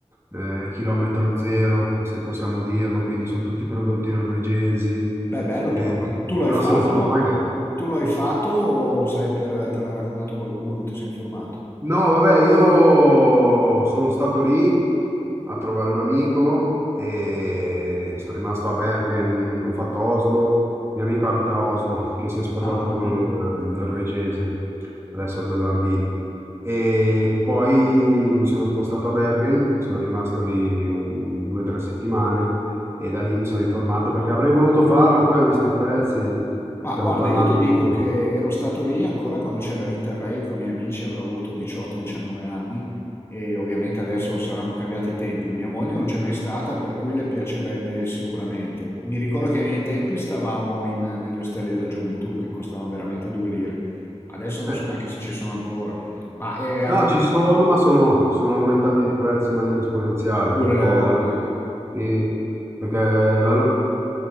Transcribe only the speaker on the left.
Beh, bello
però. Ma tu l'hai
fatto?
Tu l'hai fatto o sai per... te l'ha raccontato qualcuno? Ti sei informato?
Ah, ho capito.
Ma
guarda,
io Ma- ti dico
che ero stato lì ancora quando c'era l'Interrail con i miei amici, avrò avuto 18-19 anni e ovviamente adesso saranno cambiati i tempi. Mia moglie non c'è mai stata, per cui le piacerebbe sicuramente. Mi ricordo che ai miei tempi stavamo in- negli ostelli della gioventù che costavano veramente due lire. Adesso non
so neanche se ci sono ancora, ma è altrimenti
pure
loro,
ecco.